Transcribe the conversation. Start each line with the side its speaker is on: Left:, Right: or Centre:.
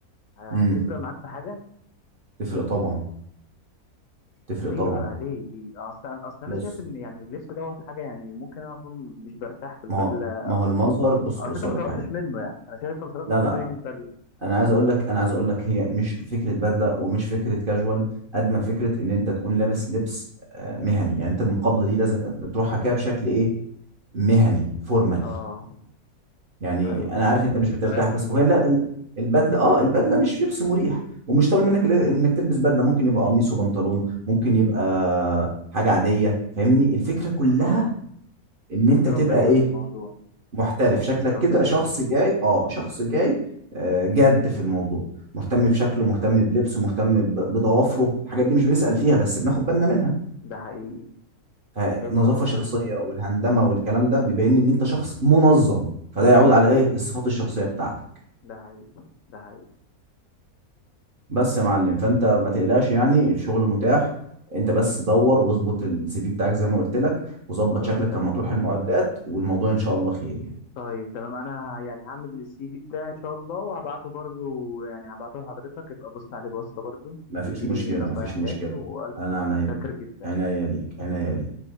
Left: هتفرق
Right: امم
Left: معاك في حاجه
Right: تفرق طبعا تفرق
Left: ليه
Right: طبعا
Left: بقى ليه ليه اصلا اصلا
Right: بص
Left: انا شايف ان يعني اللبس دوت حاجه يعني ممكن انا اكون مش برتاح في البدله
Right: ما هو ما هو المظهر بص
Left: اصل
Right: بص
Left: انت ما
Right: اقول
Left: طلبتش
Right: لك حاجه
Left: منه يعني انا شايف انت ما طلبتش
Right: لا لا
Left: منه يجي البدله
Right: انا عايز اقول لك انا عايز اقول لك هي مش فكره بدله ومش فكره كاجوال قد ما فكره ان انت تكون لابس لبس آه، مهني يعني انت المقابله دي لازم تروحها كده بشكل ايه مهني فورمال
Left: اه
Right: يعني
Left: ايوه
Right: انا عارف انت مش بترتاح
Left: رسمي
Right: بس وهي
Left: يعني
Right: لا ال- البدله اه البدله مش لبس مريح ومش طالب منك ل- انك تلبس بدله ممكن يبقى قميص وبنطلون ممكن يبقى حاجه عاديه فاهمني الفكره كلها
Left: اه
Right: ان
Left: في
Right: انت
Left: احترافيه
Right: تبقى ايه
Left: في الموضوع
Right: محترف
Left: يكون
Right: شكلك
Left: في احترافيه
Right: كده شخص جاي اه شخص جاي آه، جد في الموضوع مهتم بشكله مهتم بلبسه مهتم ب- بضوافره الحاجات دي مش بنسأل فيها بس بناخد بالنا منها
Left: ده حقيقي
Right: فنظافة
Left: حلوه النقطه
Right: شخصية
Left: دي
Right: والهندمة والكلام ده بيبين لي ان انت شخص منظم فده يعود على ايه الصفات الشخصية بتاعتك
Left: ده حقيقي ده حقيقي
Right: بس يا معلم فانت ما تقلقش يعني الشغل متاح انت بس دور واظبط السي في بتاعك زي ما قلت لك وظبط
Left: خلاص
Right: شكلك
Left: تمام
Right: لما تروح المقابلات والموضوع ان شاء الله خير يعني
Left: طيب تمام انا يعني هعمل السي في بتاعي ان شاء الله وهبعته برضو يعني هبعته لحضرتك ابقى بص عليه بصة برضو
Right: مفيش
Left: واديني
Right: مشكلة
Left: نصايح
Right: مفيش
Left: تاني
Right: مشكلة
Left: والف
Right: أنا
Left: شكر
Right: عناية
Left: متشكر جدا
Right: عناية ليك عناية ليك